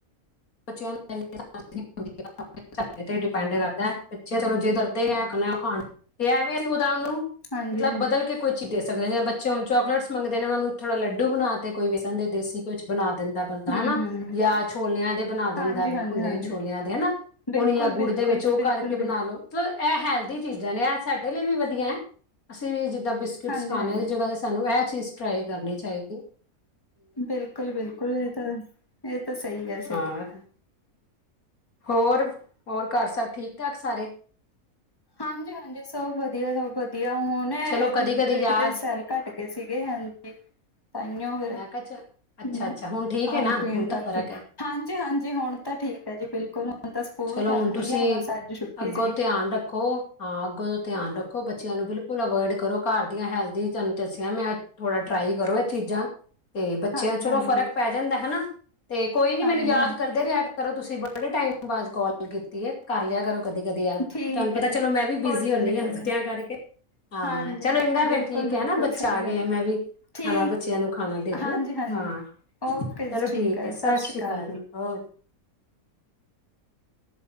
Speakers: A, on the left; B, on the left.
A: ਬੱਚਿਆਂ ਨੂੰ <inaudible> ਸਾਡੇ ਤੇ ਡਿਪੈਂਡ ਕਰਦਾ ਬੱਚੇ ਚਲੋ ਜੇ ਜਿੱਦ ਕਰਦੇ ਨੇ ਇਹ ਖਾਣਾ
B: ਹਾਂਜੀ
A: ਮਤਲਬ
B: ਹਾਂਜੀ
A: ਬਦਲ ਕੇ ਕੁੱਝ ਦੇ ਸਕਦੇ ਨੇ ਬੱਚੇ ਹੁਣ ਚੋਕਲੇਟਸ ਮੰਗਦੇ ਨੇ ਉਹ ਨੂੰ ਥੋੜ੍ਹਾ ਲੱਡੂ ਬਣਾ ਕੇ ਕੋਈ ਵੇਸਣ ਦੇਸੀ ਘਿਉ 'ਚ ਬਣਾ ਦਿੰਦਾ ਬੰਦਾ
B: ਹੂੰ
A: ਹਨਾ
B: ਹੂੰ
A: ਜਾਂ ਛੋਲਿਆਂ ਦੇ ਬਣਾ ਦਿੰਦਾ
B: ਹਾਂਜੀ ਹਾਂਜੀ
A: ਭੁੰਨੇ
B: ਹਾਂਜੀ
A: ਛੋਲਿਆਂ ਦੇ ਹਨਾ
B: ਬਿਲਕੁਲ
A: ਉਹਨੂੰ ਜਾਂ ਗੁੜ
B: ਬਿਲਕੁਲ
A: ਦੇ ਵਿੱਚ ਉਹ
B: ਬਿਲਕੁਲ
A: ਕਰਕੇ ਬਣਾ
B: ਬਿਲਕੁਲ
A: ਲ ਤਲਬ ਇਹ ਹੈਲਦੀ ਚੀਜ਼ਾਂ ਨੇ ਏਹ ਸਾਡੇ ਲਈ ਵੀ ਵਧੀਆਂ ਐ ਅਸੀਂ ਵੀ ਜਿੱਦਾਂ ਬਿਸਕਿਟਸਿ
B: ਹਾਂਜੀ
A: ਖਾਣੇ
B: ਹਾਂਜੀ
A: ਉਹਦੀ ਜਗ੍ਹਾ ਤੇ ਸਾਨੂੰ ਇਹ ਚੀਜ਼ ਟਰਾਈ ਕਰਨੀ ਚਾਹੀਦੀ ਐ‌।
B: ਬਿਲਕੁਲ ਬਿਲਕੁਲ ਇਹ ਤਾਂ ਇਹ ਤਾਂ ਸਹੀ ਏ।
A: ਹਾਂ ਹੋਰ ਹੋਰ ਘਰ ਸਭ ਠੀਕ ਠਾਕ ਸਾਰੇ।
B: ਹਾਂਜੀ ਹਾਂਜੀ ਸਭ ਵਧੀਆਂ ਸਭ ਵਧੀਆਂ ਹੁਣ ਨੇ
A: ਚਲੋ
B: ਇਹਦੇ
A: ਕਦੀ ਕਦੀ
B: ਬੇਟੀ
A: ਯਾਦ
B: ਦੇ ਸੈੱਲ ਘੱਟ ਗਏ ਸੀਗੇ ਹਾਂਜੀ ਤਾਂਹੀਓ ਫ਼ਿਰ
A: ਮੈਂ
B: ਹੂ
A: ਕਿਹਾ ਅੱਛਾ ਅੱਛਾ ਹੁਣ ਠੀਕ
B: ਖਾਣ
A: ਹੈ ਨਾ
B: ਪੀਣ
A: ਹੁਣ ਤਾਂ
B: ਕਰਕੇ
A: ਫ਼ਰਕ ਹੈ
B: ਹਾਂਜੀ ਹਾਂਜੀ ਹੁਣ ਤਾਂ ਠੀਕ ਹੈ ਜੀ ਬਿਲਕੁਲ। ਹੁਣ ਤਾਂ ਸਕੂਲ
A: ਚਲੋ
B: ਜਾਂਦੀ
A: ਹੁਣ ਤੁਸੀਂ
B: ਆ ਬਸ ਅੱਜ ਛੁੱਟੀ
A: ਅੱਗੋਂ
B: ਸੀਗੀ
A: ਧਿਆਨ ਰੱਖੋ ਹਾਂ ਅੱਗੋਂ ਤੋਂ ਧਿਆਨ ਰੱਖੋ ਬੱਚਿਆਂ ਨੂੰ ਬਿਲਕੁਲ ਕੁਲ ਅਵੋਇਡ ਕਰੋ ਘਰ ਦੀਆਂ ਹੈਲਦੀ ਚ ਦਸਿਆਂ ਤੇਨੂੰ ਮੈਂ ਥੋੜ੍ਹਾ ਟਰਾਈ ਕਰੋ ਇਹ ਚੀਜ਼ਾਂ ਤੇ ਬੱਚਿਆਂ
B: ਹਾਂਜੀ-ਹਾਂਜੀ
A: ਚਲੋ ਫ਼ਰਕ ਪੈ ਜਾਂਦਾ ਹਨਾ ਤੇ ਕੋਈ ਨੀ
B: ਹਾਂਜੀ-ਹਾਂਜੀ
A: ਮੈਨੂੰ ਯਾਦ ਕਰ ਕਰਦੇ ਰਿਹਾ ਕਰੋ ਤੁਸੀਂ ਬੜੇ ਟਾਈਮ ਬਾਅਦ ਕੋਲ ਕੀਤੀ ਏ ਕਰ ਲਿਆ ਕਰੋ ਕਦੇ ਕਦੇ ਯਾਦ
B: ਠੀਕ
A: ਤੁਹਾਨੂੰ ਪਤਾ
B: ਹੈ
A: ਚਲੋ ਮੈਂ ਬਿਜ਼ੀ
B: ਕੋਈ ਗੱਲ
A: ਹੁਣੀ
B: ਨੀ ਕੋਈ
A: ਆ ਬੱਚਿਆਂ
B: ਗੱਲ ਨੀ।
A: ਕਰਕੇ ਹਾਂ
B: ਹਾਂਜੀ
A: ਚਲੋ ਇੰਗਾ ਫੇ਼ਰ
B: ਬਿਲਕੁਲ-ਬਿਲਕੁਲ
A: ਠੀਕ ਹੈ ਹਨਾ ਬੱਚਾ
B: ਸਹੀ
A: ਆ
B: ਗੱਲ
A: ਗਏ ਆ ਮੈਂ ਵੀ
B: ਠੀਕ
A: ਹਨਾ ਬੱਚਿਆਂ ਨੂੰ ਖਾਣਾ ਦੇੰਦਾ
B: ਹਾਂਜੀ-ਹਾਂਜੀ
A: ਹਨਾ ਹਾਂ
B: ਓਕੇ ਜੀ
A: ਚਲੋ ਠੀਕ
B: ਹੈ
A: ਆ ਸਸ਼੍ਰੀ
B: ਸਤਿ ਸ਼੍ਰੀ ਅਕਾਲ
A: ਕਾਲ ਜੀ। ਹੋਰ